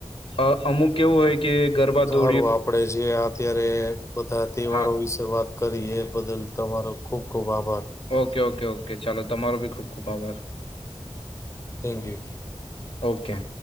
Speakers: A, on the left; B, on the left.
A: અ અમુક એવું હોય કે ગરબા દો
B: આપડે જે અત્યારે બધા તહેવારો
A: હા
B: વિશે વાત કરી એ બદલ તમારો ખૂબ ખૂબ આભાર
A: ઓકે ઓકે ઓકે ચાલો તમારો બી ખૂબ ખૂબ આભાર
B: થેન્ક યુ
A: ઓકે